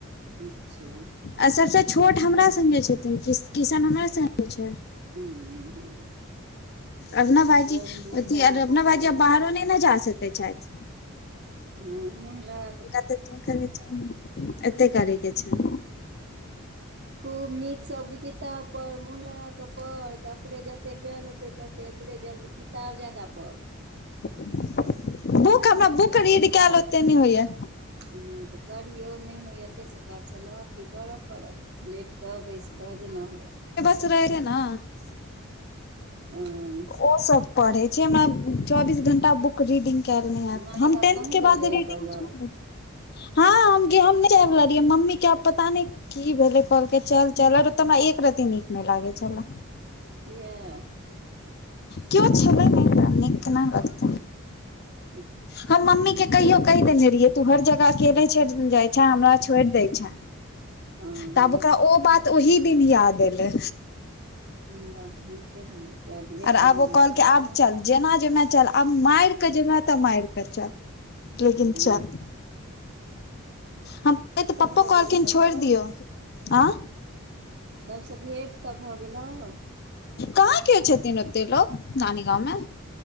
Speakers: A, on the right; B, on the left.
A: नीक छै।
B: आ सबसे छोट हमरा संगे छथिन किस किशन हमरा संगे छै।
A: <unintelligible>
B: अरनव भाईजी
A: सब मोन
B: अथी
A: लगा
B: अरनव
A: कऽ पढ़
B: भाईजी आब बाहरो नहि ने जा सकैत छथि
A: <unintelligible>
B: हिनका त जे केनाय छैन एते करैके छैन।
A: खूब नीक स बगीता पढ़ मुन लगा के पढ़ त अपने जते ज्ञान हेतौ। ततेे अपने जल्दी किताब जादा पढ़
B: बुक हमरा बुक
A: ओहिस
B: रीड कैल ओते नहि होइया।
A: तऽ करियौ नहि होइए तहिसँ काज चलत की करब पड़त लेट कऽ बैस कऽ जेना हुए।
B: रह रह न <unintelligible>
A: हँ
B: ओ सब पढ़े छै हमरा चौबीस घंटा ब रिडिंग कैल नय ऐत
A: नानी
B: हम
A: गाम
B: टेन्थ
A: तहूँ
B: के
A: गेल
B: बाद
A: रही
B: रिडिंग
A: कहलक
B: झोइड <unintelligible> हम जे हम नय सैह लागइ यऽ मम्मी के आब पता नहि। की भेलै कहलकै चल -चल और ओतऽ हमरा एक रती नीक नहि लागै छलय।
A: कियाऽ?
B: किओ छलै नहि त नीक केना लगितय।
A: हू <inaudible>
B: हम मम्मी के कहियो कहि देने रहिये तू हर जगह अकेले छ जाइ छे हमरा छोड़ि देय छे।
A: हँ
B: तऽ आब ओकरा ओ बात ओहिी दिन याद एलै।
A: ब ठीके होै पाज भेट
B: आर
A: तऽ
B: आब
A: भऽ
B: ओ
A: गेलै
B: कहलकै
A: सबसँ।
B: आब चल जेना जेमे चल आब मार के जेमे तऽ मार के चल लेकिन
A: हू
B: चल हम तऽ पप्पो
A: भऽ
B: कहलखिन
A: गेलौ सबसँ
B: छोड़ि दियौ आँ
A: सभसँ भेँट तऽ भऽ गेलहु।
B: कहाँ किओ छथिन ओते लोकोग नानी गांवमे।